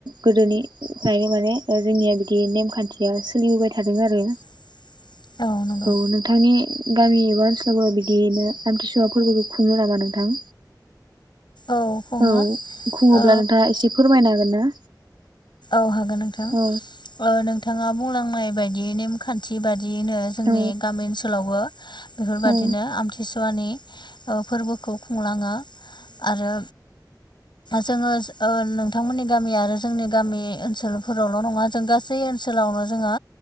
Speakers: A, on the right; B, on the left.
A: गोदोनिफ्राय माने जोंनिया बिदि नेमखान्थिया सोलिबोबाय थादों आरो।
B: <inaudible> नंगौ
A: औ नोंथांनि गामि एबा ओनसोलफोराव बिदियैनो आमथिसुवा फोरबोखौ खुङो नामा नोंथां?
B: औ खुङो
A: औ खुङोब्ला
B: औ
A: नोंथाङा एसे फोरमायनो हागोन ना?
B: अ हागोन नोंथां
A: औ
B: ओ नोंथाङा बुंलांनाय बादियै नेम खान्थि बायद दियैनो जोंनि
A: औ
B: गामि ओनसोलावबो बेफोरबायादिनो
A: औ
B: आमथिसुवानि फोरबोखौ खुंलाङो आरो जोङो ओ नोंथांमोननि गामि आरो जोंनि गामि ओनसोलफोरावल' नङा जों गासै ओनसोलावनो जोङो